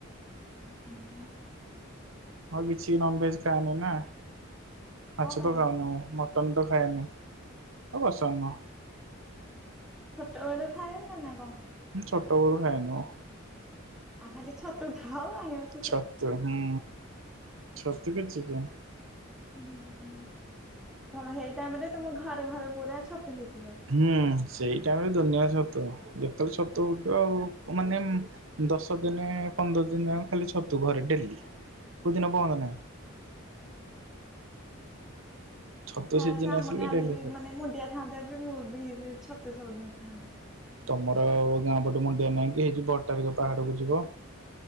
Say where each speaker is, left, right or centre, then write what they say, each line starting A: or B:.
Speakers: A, in the centre; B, on the right.
A: ହୁଁ ହୁଁ।
B: ଆଉ କିଛିିବି ନନଭେଜ୍ ଖାଉନୁ ନା ମାଛ
A: କଣ ପାଇଁ?
B: ତ ଖାଉନୁ ମ ମଟନ ତ ଖାଏନି ପସନ୍ଦ ନୁହଁ।
A: ଛୋଟବେଳୁ ଖାଏନା ନା କଣ?
B: ଛୋଟ ବୋଳୁ ଖାଏନି ମୁଁ।
A: ଆଉ ଖାଲି ଛତୁ ଖାଅ। <unintelligible>
B: ଛତୁ ହୁଁ ଛତ କୁ ଚିକେନ।
A: ହୁଁ ହୁଁ ସେଇ ଟାଇମରେ ତମ ଘରେ ଘରେ ପୁରା ଛତୁ ହେଇଥିବ।
B: ହୁଁ ସେଇ ଟାଇମ ରେ ଦୁନିଆ ଛତୁ ଯେତେବେଳେ ଛତୁ ଉଠିବ ଆଉ। ମାନେ ଦଶ ଦିନେ ପନ୍ଦର ଦିନ ଖାଲି ଛତୁ ଘରେ ଡେଲି। କୋଉଦିନ ବନ୍ଦ ନାହିଁ।
A: ଭଲ।
B: ଛତୁ
A: ଖାସେ
B: ସିଜିନ
A: ଆମ
B: ଆସିଲେ
A: ଗାଁରେ
B: ଡେଲି
A: ବି
B: ଛତୁ
A: ମାନେ ମୁଣ୍ଡିଆ ଖାଆନ୍ତ ବି ମୁଁ ବି ଛତୁ ସବୁଦିନ ଖାଆନ୍ତି।
B: ତମର ଗାଁ ପଟେ ମୁଣ୍ଡିଆ ନାଇଁ କି ହେଇଛି ଭଟ୍ଟାରିକା ପାହାଡକୁ ଯିବ।